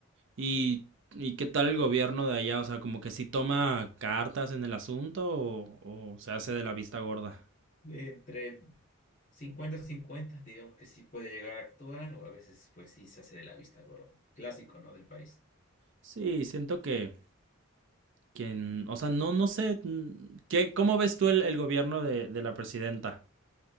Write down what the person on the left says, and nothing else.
Entre cincuenta cincuenta digamos que sí puede llegar a actuar o a veces pues sí se hace de la vista gorda. Clásico, ¿no? Del país.